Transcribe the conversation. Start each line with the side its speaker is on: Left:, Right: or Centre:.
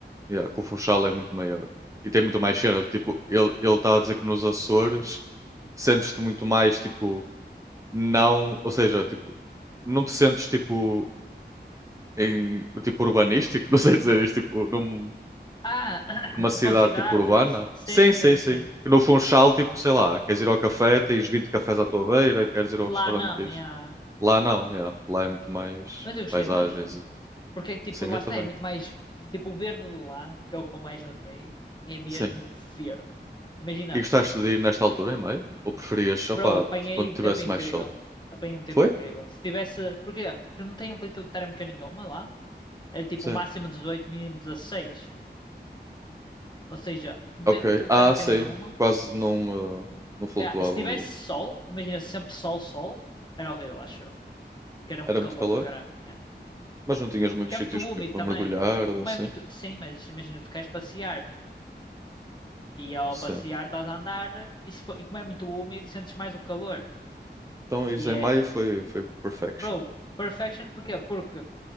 Right: Yeah, que o Funchal é muito maior. E tem muito mais cena, tipo, ele ele estava a dizer que nos Açores sentes-te muito mais, tipo, não, ou seja, tipo, não te sentes, tipo, em, tipo, urbanístico, <laughs> não sei dizer isto, tipo, não
Left: Ah, <coughs>
Right: Numa cidade
Left: <clears throat> com cidades,
Right: tipo urbana?
Left: e isso? Sim,
Right: Sim,
Left: sim,
Right: sim, sim.
Left: sim.
Right: que No Funchal, tipo, sei lá, queres ir ao café, tens 20 cafés à tua beira, queres ir ao
Left: Lá
Right: restaurante,
Left: não,
Right: tens...
Left: já.
Right: Lá não, yeah. Lá é muito mais
Left: Mas eu gostei
Right: paisagens.
Left: muito.
Right: e-
Left: Porque, tipo,
Right: Sim,
Left: lá
Right: eu
Left: está,
Right: também.
Left: é muito mais. Tipo, o verde de lá, que é o que eu mais notei, é mesmo
Right: Sim.
Left: verde. Imagina,
Right: E gostaste de ir nesta altura, em maio? Ou preferias, opá,
Left: bro, apanhei
Right: quando
Left: um
Right: tivesse
Left: tempo incrível.
Right: mais sol?
Left: Apanhei um tempo
Right: Foi?
Left: incrível. Se tivesse. Porquê? Porque não tem amplitude térmica nenhuma lá. Era tipo
Right: Sim.
Left: o máximo 18, mínimo 16. Ou seja, não
Right: Ok.
Left: tem amplitude
Right: Ah,
Left: térmica
Right: sim.
Left: nenhuma.
Right: Quase não, ah, não flutuava.
Left: É, se tivesse
Right: o-
Left: sol, imagina sempre sol, sol, era horrível, acho eu. Que era um
Right: Era
Left: calor
Right: muito calor,
Left: do caralho. é.
Right: mas não tinhas muitos
Left: Porque é
Right: sítios,
Left: muito úmido
Right: tipo, para
Left: também.
Right: mergulhar ou
Left: Como
Right: assim.
Left: é muito. Sim, mas imagina, tu queres passear. E ao
Right: Sim.
Left: passear estás a andar e, se for- e como é muito úmido sentes mais o calor.
Right: Então, ires
Left: E
Right: em
Left: é,
Right: maio foi, foi perfection.
Left: bro, perfection porquê? Porque